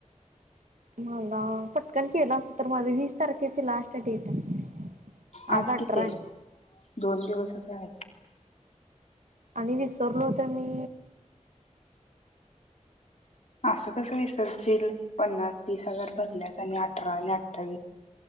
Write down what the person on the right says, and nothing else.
मला पटकन केलं असत तर माझ वीस तारखेची लास्ट डेट आहे
अठरा
आहे.
आणि विसरलो होत मी